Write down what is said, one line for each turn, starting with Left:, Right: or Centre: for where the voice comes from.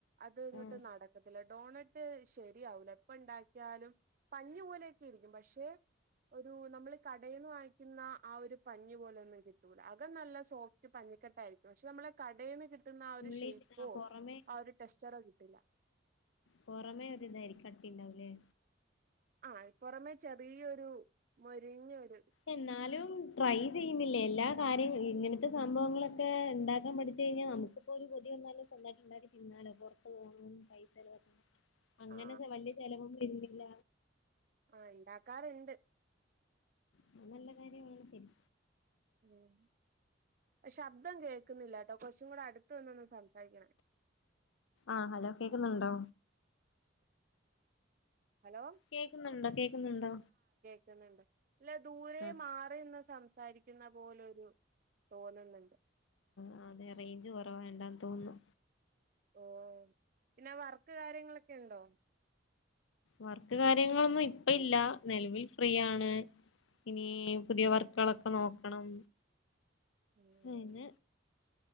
Right: അത് അങ്ങട്ട്
Left: ആഹ്
Right: നടക്കത്തില്ല. ഡോണറ്റ് റ്റ് ശരിയാവൂല ഇപ്പൊ ഇണ്ടാക്കിയാലും പഞ്ഞി പോലെയൊക്കെ ഇരിക്കും. പക്ഷെ ഒരു നമ്മള് കടയിൽന്ന് വാങ്ങിക്കുന്ന ആ ഒരു പഞ്ഞി പോലെയൊന്നും കിട്ടൂല. അകം നല്ല സോഫ്റ്റ് പഞ്ഞി കെട്ടായിരിക്കും. പക്ഷെ നമ്മള കടെന്ന് ന്നാ ഒരു
Left: ഉള്ളിൽ
Right: ഷേപ്പൊ
Left: ആഹ് പൊറമെ
Right: ആ ഒരു ടെസ്റ്ററോ കിട്ടില്ല.
Left: പുറമേ <unintelligible> കട്ടിണ്ടാവല്ലേ.
Right: ആഹ് പുറമേ ചെറിയൊരു മൊരിഞ്ഞൊരു
Left: എന്നാലും ട്രൈ ചെയ്യുന്നില്ലേ. എല്ലാ കാര്യങ്ങ ഇങ്ങനത്തെ സംഭവങ്ങളൊക്കെ ഇണ്ടാക്കാൻ പഠിച്ചു കഴിഞ്ഞാ നമുക്കിപ്പോ ഒരു കൊതിന്നാലും സ്വന്തയിട്ട് ഉണ്ടാക്കി തിന്നാലോ. പൊ <unintelligible> അങ്ങനെ
Right: ആ
Left: വലിയ ചെലവൊന്നുലില്ലല്ല.
Right: ആഹ് ഇണ്ടാക്കാറുണ്ട്.
Left: അത് നല്ല കാര്യമാണ് ശരി
Right: ഉം ശബ്ദം കേൾക്കുന്നില്ലട്ടൊ. കൊറച്ചും കൂടെ അടുത്ത് വന്നൊന്ന് സംസാരിക്കണേ.
Left: ആഹ് ഹലോ കേക്കുന്നുണ്ടോ?
Right: ഹലോ
Left: കേക്കുന്നുണ്ടോ കേക്കുന്നുണ്ടോ?
Right: ക്കുന്നുണ്ട് ഇല്ല ദൂരെ
Left: ആഹ്
Right: മാറിന്ന് സംസാരിക്കുന്ന പോലരു തോന്നുന്നുണ്ട്.
Left: ആ അതെ റേഞ്ച് കുറവ വേണ്ടാന്ന് തോന്നുന്നു.
Right: ഓ പിന്നെ വർക്ക് കാര്യങ്ങളൊക്കെ ഉണ്ടോ?
Left: വർക്ക് കാര്യങ്ങളൊന്നും ഇപ്പ ഇല്ല. നിലവിൽ ഫ്രീയാണ്. ഇനി പുതിയ വർക്കുകളൊക്കെ നോക്കണം.
Right: ഉം
Left: അത്